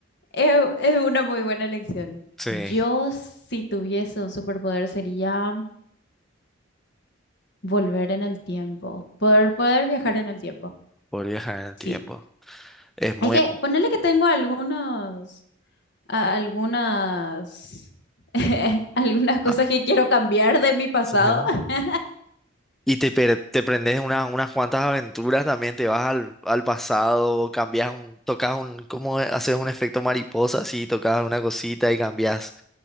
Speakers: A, on the left (about 55°); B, in the centre.
A: es, es una muy buena elección.
B: Sí,
A: Yo, si tuviese un superpoder, sería volver en el tiempo, poder, poder viajar en el tiempo.
B: por viajar en el
A: Sí.
B: tiempo. Es muy...
A: Es que ponerle que tengo algunos, a- algunas, <laughs> algunas cosas
B: ah,
A: que quiero cambiar de mi pasado,
B: sí. <laughs>
A: <laughs>
B: Y te, per- te prendes unas, unas cuantas aventuras también, te vas al, al pasado, cambias un, tocas un, como haces un efecto mariposa así, tocas una cosita y cambias